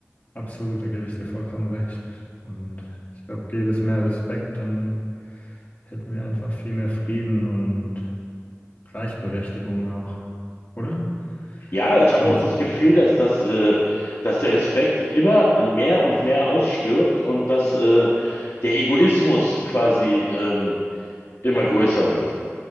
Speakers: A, on the left (about 40°); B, on the left (about 60°).
A: Absolut, da gebe ich dir vollkommen recht. Und ich glaube, gäbe es mehr Respekt, dann hätten wir einfach viel mehr Frieden und Gleichberechtigung auch. Oder?
B: Ja, ich
A: Was
B: habe
A: meinst
B: auch das
A: du?
B: Gefühl, dass das, äh, dass der Respekt immer mehr und mehr ausstirbt und dass äh, der Egoismus quasi ähm, immer größer wird.